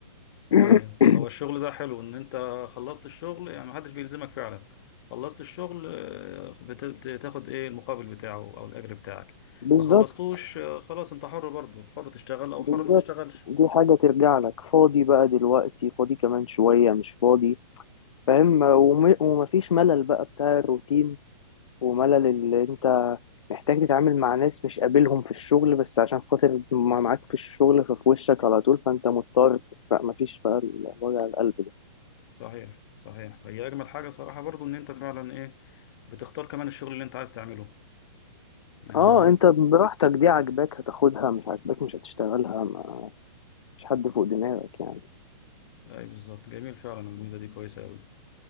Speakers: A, on the left; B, on the left.
A: <clears throat>
B: ايوه هو الشغل ده حلو ان انت خلصت الشغل يعني محدش بيلزمك فعلا خلصت الشغل آه، بت- بتاخد ايه المقابل بتاعه او الاجر بتاعك
A: بالظبط
B: ما خلصتوش آه، خلاص انت حر برضه حر تشتغل او
A: بالظبط
B: حر ما تشتغلش
A: دي حاجه ترجع لك فاضي بقى دلوقتي فاضي كمان شويه مش فاضي فاهم وم- ومفيش ملل بقى بتاع الروتين وملل اللي انت محتاج تتعامل مع ناس مش قابلهم في الشغل بس عشان خاطر ما معاك في الشغل ففي وشك على طول فانت مضطر فمفيش بقى ال- وجع القلب ده
B: صحيح صحيح هي اجمل حاجه صراحه برضو ان انت فعلا ايه بتختار كمان الشغل اللي انت عايز تعمله يعني
A: اه انت براحتك دي عاجباك هتاخدها مش عاجباك مش هتشتغلها ما مش حد فوق دماغك يعني
B: اي بالظبط جميل فعلا الميزه دي كويسه قوي